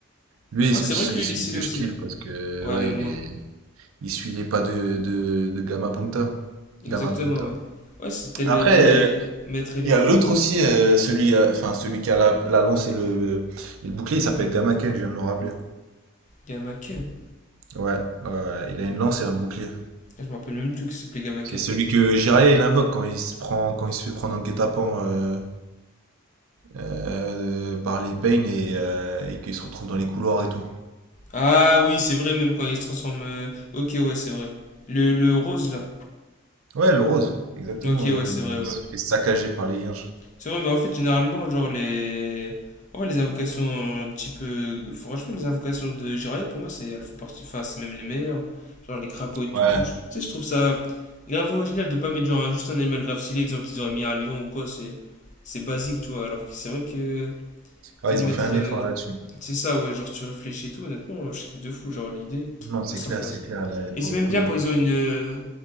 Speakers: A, on the right (about 70°); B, on the left (about 35°).
A: Lui,
B: Ouais,
A: c'est
B: c'est
A: celui,
B: vrai
A: celui-
B: que lui, il
A: celui
B: est stylé
A: que
B: aussi.
A: je kiffe parce que
B: Ouais,
A: ouais,
B: même
A: il
B: moi.
A: est. Il suit les pas de, de, de Gama Punta.
B: Exactement,
A: Gama Punta.
B: ouais. Ouais, c'était le,
A: Après,
B: c'était le
A: euh,
B: maître élève,
A: il y a l'autre
B: tout ça.
A: aussi, euh, celui, euh, enfin, celui qui a la, la lance et le, et le bouclier, il s'appelle Gama Ken, je viens de me rappeler.
B: Gamaken.
A: Ouais, ouais, il a une lance et un bouclier.
B: Ah, Je me rappelle même plus que ça s'appelait Gamaken.
A: C'est celui que Jiraiya il invoque quand il se prend, quand il se fait prendre en guet-apens euh, euh, de- par les Pain et, euh, et qu'il se retrouve dans les couloirs et tout.
B: Ah oui, c'est vrai, même quand il se transforme. euh, Ok, ouais, c'est vrai. Le, le rose là.
A: Ouais, le rose, exactement.
B: Ok, ouais,
A: le-
B: c'est
A: il
B: vrai, ouais.
A: se fait saccager par les Yinches.
B: C'est vrai, mais en fait, généralement, genre les. Ouais, les invocations euh, type. euh, Franchement, les invocations de Jiraiya, pour moi, c'est elles font partie. Enfin, c'est même les meilleures. Genre les crapauds et tout.
A: Ouais.
B: Je- Tu sais, je trouve ça grave original de pas mettre genre un- juste un animal grave stylé. Exemple, ils auraient mis un lion ou quoi, c'est. C'est basique, tu vois. Alors que c'est vrai que.
A: Ouais,
B: Que
A: ils
B: de mettre.
A: ont fait un effort
B: euh,
A: là-dessus.
B: C'est ça, ouais, genre tu réfléchis et tout, honnêtement, je suis de fou. Genre l'idée,
A: Non, c'est
B: ma soeur
A: clair, c'est clair. Là,
B: Et
A: pour
B: c'est même
A: le coup,
B: bien
A: ils,
B: quand ils ont une. euh,